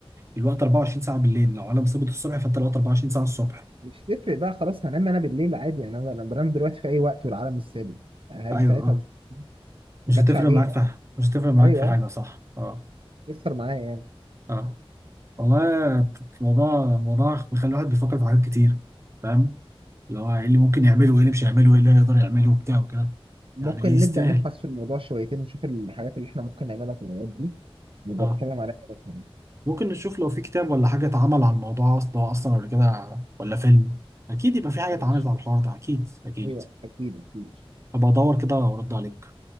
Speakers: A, on the right (about 30°); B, on the right (about 65°).
A: الوقت 24 ساعه بالليل لو العالم ثابت الصبح فانت الوقت 24 ساعه الصبح
B: مش تفرق بقى خلاص هنام انا بالليل عادي يعني انا أنا بنام دلوقتي في اي وقت والعالم مش ثابت يعني هاجي
A: ايوه
B: ساعتها
A: اه
B: مش ما
A: مش
B: جاتش
A: هتفرق
B: عليها
A: معاك في حاجة. مش هتفرق معاك
B: ايوه
A: في حاجه صح اه
B: يسر معايا يعني
A: اه والله الموضوع الموضوع بيخلي الواحد بيفكر في حاجات كتير فاهم اللي هو ايه اللي ممكن يعمله وايه اللي مش هيعمله وايه اللي هيقدر يعمله وبتاع وكده
B: ممكن
A: يعني يستاهل
B: نبدأ نبحث في الموضوع شويتين نشوف الحاجات اللي احنا ممكن نعملها في الأوقات دي نبقى
A: اه
B: نتكلم عليها بس
A: ممكن نشوف لو في كتاب ولا حاجه اتعمل على الموضوع اصلا اصلا ولا كده ولا فيلم اكيد يبقى في حاجه
B: أيوه
A: اتعملت على الحوار ده اكيد اكيد
B: أيوه أكيد أكيد
A: هبقى ادور كده وارد عليك